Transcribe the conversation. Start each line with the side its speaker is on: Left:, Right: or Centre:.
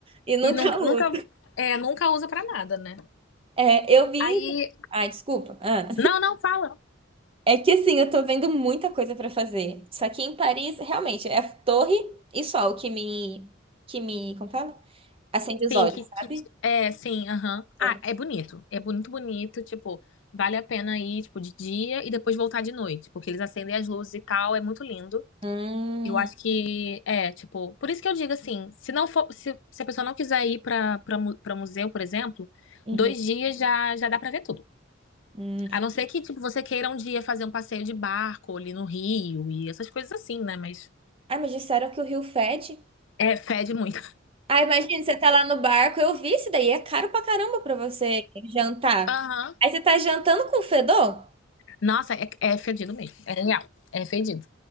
Right: e nunca
Left: E nun-
Right: <laughs> usa.
Left: nunca, é, nunca usa pra nada, né?
Right: É, eu vi.
Left: Aí.
Right: em- Ai, desculpa. Ah.
Left: Não, não, fala.
Right: É que assim, eu tô vendo muita coisa pra fazer. Só que em Paris, realmente, é torre e sol que me. Que me. Como fala? Acende os
Left: Sim,
Right: olhos,
Left: que, que
Right: sabe?
Left: é, sim, aham. Ah,
Right: É.
Left: é bonito. É bonito, bonito, tipo, vale a pena ir, tipo, de dia e depois voltar de noite, porque eles acendem as luzes e tal, é muito lindo.
Right: Hum,
Left: Eu acho que é, tipo, por isso que eu digo assim, se não for, se, se a pessoa não quiser ir pra para para museu, por exemplo,
Right: uhum,
Left: dois dias já já dá pra ver tudo.
Right: hum.
Left: A não ser que tipo você queira um dia fazer um passeio de barco ali no Rio e essas coisas assim, né? Mas
Right: Ai, mas disseram que o Rio fede.
Left: é fede muito.
Right: Ah, imagina, você tá lá no barco, eu vi isso daí, é caro pra caramba pra você jantar.
Left: Aham.
Right: Aí você tá jantando com fedor?
Left: Nossa, é, é fedido mesmo. É real. É fedido.